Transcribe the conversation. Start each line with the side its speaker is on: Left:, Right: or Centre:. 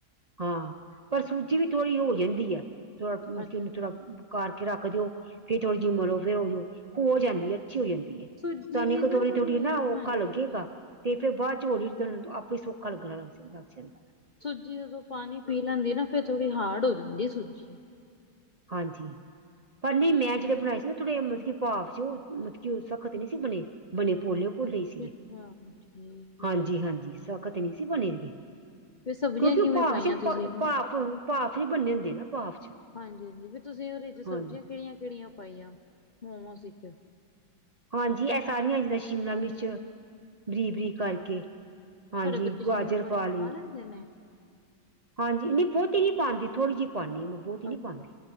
Right: ਹਾਂ ਪਰ ਸੂਜੀ ਵੀ ਥੋੜ੍ਹੀ ਹੋ ਜਾਂਦੀ ਹੈ ਥੋੜਾ ਮਤਲਬ
Left: ਅੱਛਾ
Right: ਕਿ ਉਹਨੂੰ ਥੋੜਾ ਕਰਕੇ ਰੱਖ ਦਿਓ ਫੇਰ ਥੋੜੀ ਜਿਮਰੋ ਫੇਿਰ ਉਹ ਹੋ ਜਾਂਦੀ ਹੈ ਅੱਛੀ ਹੋ ਜਾਂਦੀ ਹੈ
Left: ਸੂਜੀ
Right: ਤੁਾਨੂੰ
Left: ਵੀ
Right: ਇਕ
Left: ਨਾ
Right: ਥੋੜੀ ਨਾ ਔਖਾ
Left: ਹਾਂਜੀ
Right: ਲੱਗੇਗਾ
Left: ਹਾਂਜੀ
Right: ਤੇ ਫੇਿਰ ਬਾਅਦ ਚ ਹੋਈ ਹੌਲੀ ਆਪੇ ਹੀ ਸੌਖਾ ਲੱਗਣਾ ਲੱਗ ਜਾਂਦਾ ਲੱਗ ਜਾਂਦਾ
Left: ਸੂਜੀ ਜਦੋਂ ਪਾਣੀ ਪੀ ਲੈਂਦੀ ਨਾ ਫੇਿਰ ਥੋੜੀ ਹਾਰਡ ਹੋ ਜਾਂਦੀ ਸੂਜੀ
Right: ਹਾਂਜੀ ਪਰ ਨਹੀਂ ਮੈਂ ਜਿਹੜੇ ਬਣਾਏ ਸੀ ਨਾ ਥੋੜੇ ਮਤਲਬ ਕਿ ਭਾਵ ਸੀ ਉਹ ਮਤਲਬ ਕਿ ਉਹ ਸਖ਼ਤ ਨਹੀਂ ਸੀ ਬਣੇ ਬਣੇ ਪੋਲੇ ਪੀਲੇ
Left: ਅੱਛਾ
Right: ਹੀ ਸੀ
Left: ਅੱਛਾ ਠੀਕ ਏ
Right: ਹਾਂਜੀ ਹਾਂਜੀ ਸਖ਼ਤ ਨਹੀਂ ਸੀ ਬਣੇਗੇ
Left: ਫਿਰ ਸਬਜ਼ੀਆਂ
Right: ਕਿਉਂਕਿ
Left: ਕਿਵੇਂ
Right: ਉਹ ਭਾਫ
Left: ਪਾਈਆਂ
Right: ਚ
Left: ਤੁਸੀਂ
Right: ਭਾਫ ਭਾਫ ਚ ਬੰਨੇ ਹੁੰਦੇ ਨਾ ਭਾਫ ਚ
Left: ਹਾਂਜੀ ਹਾਂਜੀ ਵੀ ਤੁਸੀਂ ਉਹਦੇ ਚ ਸਬਜ਼ੀਆਂ
Right: ਹਾਂਜੀ
Left: ਕਿਹੜੀਆਂ ਕਿਹੜੀਆਂ ਪਾਈਆਂ ਮੋਮੋਸ ਵਿੱਚ
Right: ਹਾਂਜੀ ਇਹ ਸਾਰੀਆਂ ਜਿੱਦਾਂ ਸ਼ਿਮਲਾ ਮਿਰਚ ਬਰੀਕ ਬਰੀਕ
Left: ਅੱਛਾ
Right: ਕਰਕੇ
Left: ਤੁਹਾਡੇ
Right: ਹਾਂਜੀ
Left: ਬੱਚੇ ਸ਼ਿਮਲਾ
Right: ਗਾਜਰ
Left: ਮਿਰਚ
Right: ਪਾ ਲਈ
Left: <unintelligible>
Right: ਹਾਂਜੀ ਨਹੀਂ ਬਹੁਤੀ ਨੀ ਪਾਉਦੀ ਥੋੜੀ ਜਿਹੀ ਪਾਉਂਦੀ ਉਹਨੂੰ ਬਹੁਤ ਹੀ ਨੀ
Left: ਅੱਛਾ
Right: ਪਾਉਦੇ